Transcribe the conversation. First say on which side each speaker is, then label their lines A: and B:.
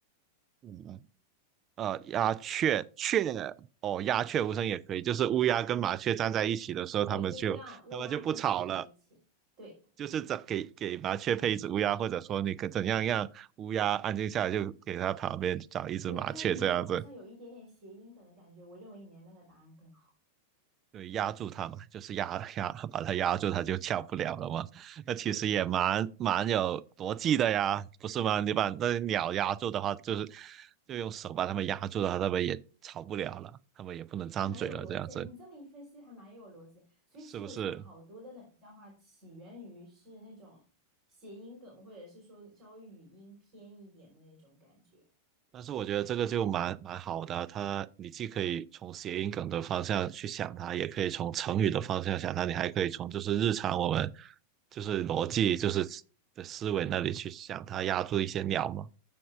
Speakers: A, on the right; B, on the right.
A: 嗯，呃，鸦雀雀哦，鸦雀无声也可以，就是乌鸦跟麻雀站在一起的时候，
B: 对，
A: 它们就它们就不吵了，
B: 就是让乌鸦跟他站在一起。对
A: 就是怎给给麻雀配一只乌鸦，或者说你可怎样让乌鸦安静下来，就给它旁边找一只麻雀这样子。
B: 对，但是你那个好像有一点点谐音梗的感觉，我认为你的那个答案更好。
A: 对，压住它嘛，就是压 <laughs> 压把它压住，它就下不了了嘛。那其实也蛮蛮有逻辑的呀，
B: 对。
A: 不是吗？你把那鸟压住的话，就是就用手把它们压住的话，它们也吵不了了，它们也不能张嘴了，
B: 啊，蛮有逻辑。
A: 这样子
B: 你这么一分析，还蛮有逻辑。所以其实我觉得好多的冷笑话起源于是那种谐音梗，
A: 是不是？
B: 或者是说稍微语音偏一点的那种感觉。
A: 但是我觉得这个就蛮蛮好的啊，它你既可以从谐音梗的方向去想它，也可以从成语的方向想它，你还可以从就是日常我们就是逻辑就是的思维那里去想它压住一些鸟嘛。